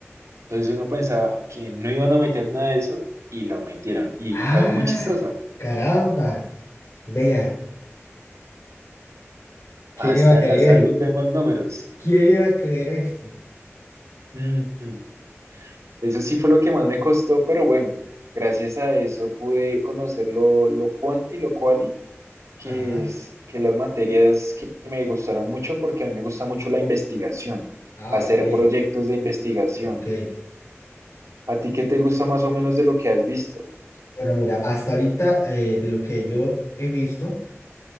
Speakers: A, on the right; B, on the left.
A: Entonces uno pensaba que no iban a meter nada de eso y lo metieron. Y
B: Ah,
A: fue algo muy chistoso.
B: caramba, vea, ¿quién
A: Hasta
B: iba a creer?
A: en la salud vemos números.
B: ¿Quién iba a creer esto?
A: Mm, Eso sí fue lo que más me costó, pero bueno, gracias a eso pude conocer lo, lo cuanti y lo quali, que
B: Ajá,
A: es que las materias que me gustaron mucho porque a mí me gusta mucho la investigación,
B: ah,
A: hacer
B: ok,
A: proyectos de investigación.
B: ok.
A: ¿A ti qué te gusta más o menos de lo que has visto?
B: Bueno, mira, hasta ahorita eh, de lo que yo he visto,